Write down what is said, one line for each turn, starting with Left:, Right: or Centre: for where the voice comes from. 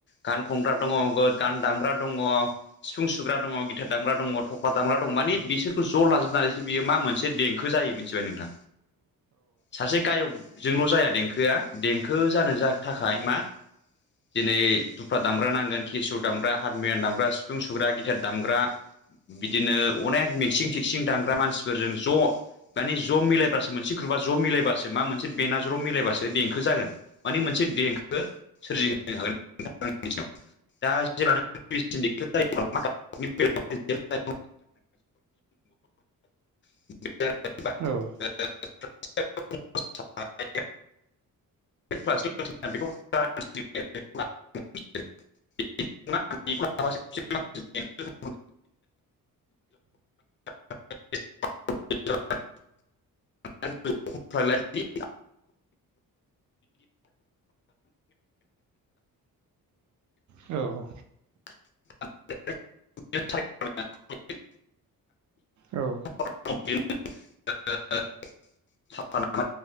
Left: गान खुमब्रा दंङ गान दामब्रा दंङ। सिफुं सुग्रा दंङ गिथेरार दामग्रा दंङ थख्ला दामग्रा दंङ मानि बिसोरखौ ज' लाजोबनानैसो बियो मा मोनसे। देंखो जायो मिथिबाय नोंथां सासे गायकजोंल' जाया देंखोआ देंखो जानो जा थाखाय मा दिनै दुफ्रा दामग्रा नांगोन, केसु दामग्रा, हारमुनियाम दामग्रा, सिफुं सुग्रा, गिटार दामग्रा बिदिनो अनेक मिक्सिं थिकसिं दानांग्रा मानसिफोरजों ज' मानि ज' मिलायबासो मोनसे ग्रुपआ ज' मिलायबासो मा मोनसे बेना ज' मिलायबासो देंखो जागोन। माने मोनसे देंखो सोरजिहोनो हागोन नोंथां। दा जेब्ला <unintelligible> <inaudible>
Right: औ।
Left: <inaudible> <unintelligible> <inaudible> <inaudible>
Right: औ।
Left: <inaudible>
Right: औ औ
Left: <inaudible>